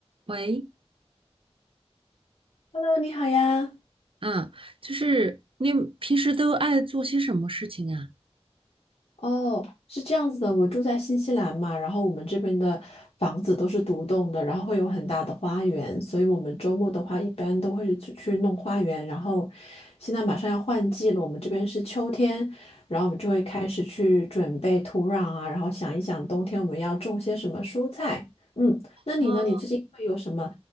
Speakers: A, on the right (about 55°); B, on the left (about 65°).
A: 喂，
B: Hello，你好呀。
A: 啊，就是你平时都爱做些什么事情啊？
B: 哦，是这样子的，我住在新西兰嘛，然后我们这边的房子都是独栋的，然后会有很大的花园，所以我们周末的话一般都会是去去弄花园。然后现在马上要换季了，我们这边是秋天，然后我们就会开始去准备土壤啊，然后想一想冬天我们要种些什么蔬菜。嗯，那你呢？
A: 哦，
B: 你最近会有什么